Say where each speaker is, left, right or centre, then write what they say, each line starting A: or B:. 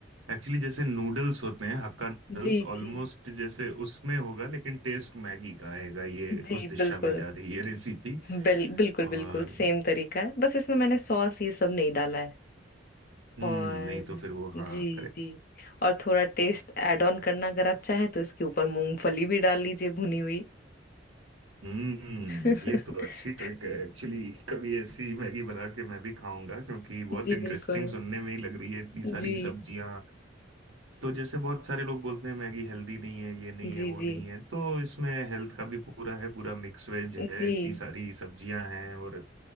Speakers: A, on the right; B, on the left.
A: एक्चुअली जैसे नूडल्स होते हैं हक्का नूडल्स
B: जी
A: ऑलमोस्ट
B: जी
A: जैसे उसमें होगा लेकिन टेस्ट मैगी का आएगा ये
B: जी
A: उस दिशा
B: बिल्कुल
A: में जा रही है रेसिपी
B: बिल, बिल्कुल
A: और
B: बिल्कुल सेम तरीका है बस इसमें मैंने सॉस ये सब नहीं डाला है
A: हम्म
B: और
A: नहीं तो फिर वो
B: जी
A: हाँ
B: जी और थोड़ा टेस्ट ऐड ऑन करना अगर आप चाहें तो इसके ऊपर मूंगफली भी डाल लीजिए भुनी हुई
A: हम्म
B: <laughs>
A: ये तो अच्छी ट्रिक है एक्चुअली कभी ऐसी मैगी बना के मैं भी खाऊंगा क्योंकि बहुत
B: जी
A: इंटरेस्टिंग
B: बिल्कुल
A: सुनने में ही लग रही है इतनी सारी
B: जी
A: सब्जियां तो जैसे बहुत सारे लोग बोलते हैं मैगी हेल्दी नहीं है ये नहीं
B: जी
A: है वो
B: जी
A: नहीं है तो इसमें हेल्थ का भी पूरा है पूरा मिक्स वेज है
B: जी
A: इतनी सारी सब्जियां हैं और